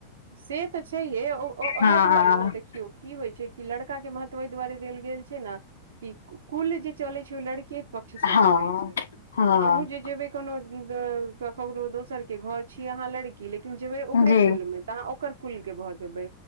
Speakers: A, on the right (about 65°); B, on the left (about 65°).
A: से तऽ छैहे ओ-ओ ओहे
B: हँ
A: दुआरे ने देखियौ। की होय छै कि लड़का के महत्व एहि दुआरे देल गेल छै न। ई कुल जे चलेै छै ओ लड़के पक्ष से
B: हँ
A: चलेै छै
B: हँ
A: अहूँ जे जेबेै। कोनो ककरो दोसर के घर, छीे अहाँ लड़की लेकिन जेबे ओकरे
B: जी
A: कुल में। त आहाँ ओकर कुल के भ जेबे,